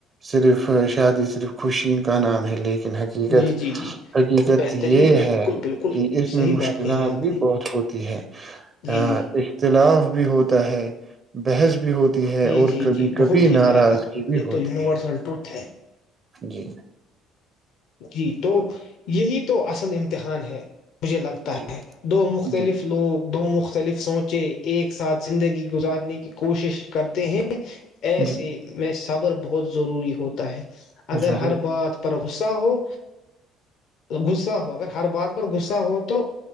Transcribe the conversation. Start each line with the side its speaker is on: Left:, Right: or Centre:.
Right: صرف شادی صرف خوشی کا نام ہے لیکن کن حقیقت
Left: جی جی جی
Right: حقیقت
Left: بہترین
Right: یہ
Left: بالکل
Right: ہے
Left: بالکل
Right: کہ اس
Left: صحیح
Right: میں مشکلات
Left: بات کہی ہے آپ
Right: بھی
Left: نے
Right: بہت ہوتی تی ہے ہاں
Left: جی جی
Right: است نام بھی ہوتا ہے بحث بھی ہوتی ہے
Left: جی
Right: اور
Left: جی
Right: کبھی
Left: جی
Right: کبھی
Left: بہت ہی
Right: ناراضگی
Left: زیادہ
Right: بھی
Left: یہ تو
Right: ہوتی
Left: یونیورسل
Right: ہے
Left: ٹروتھ ہے
Right: جی
Left: جی تو یہی تو اصل امتحان ہے مجھے لگتا
Right: جی
Left: ہے دو مختلف
Right: جی
Left: لوگ دو مختلف سوچے ایک ساتھ زندگی گزارنے کی کوشش کرتے ہیں ایسے
Right: جی
Left: میں صبر بہت ضروری ہ ہوتا ہے اگر
Right: ضرور
Left: ہر بات غصہ ہو غصہ ہو اگر ہر بات پر غصہ ہو تو